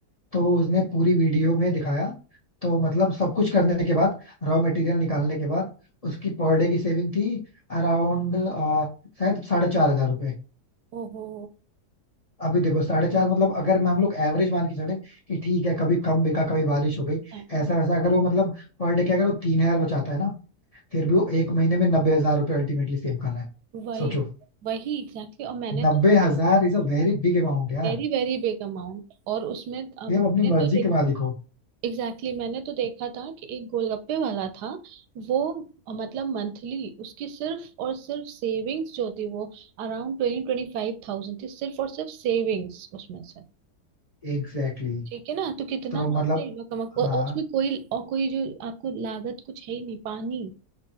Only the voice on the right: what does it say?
ओहो
हाँ।
वही
वही एग्जैक्टली exactly, और मैंने
तो
वेरी वेरी बिग अमाउंट और उसमें अ, मैंने
तो
देख
एग्जैक्टली exactly, मैंने तो देखा था कि एक गोलगप्पे वाला था वो अ, मतलब मंथली उसकी सिर्फ और सिर्फ सेविंग्स जो थी वो अराउंड ट्वेंटी ट्वेंटी फाइव थाउजेंड थी सिर्फ और सिर्फ सेविंग्स उसमें से
ठीक है ना तो कितना
आता है ये लोग कमा और
और उसमें कोई और कोई जो आपको लागत कुछ है ही नहीं पानी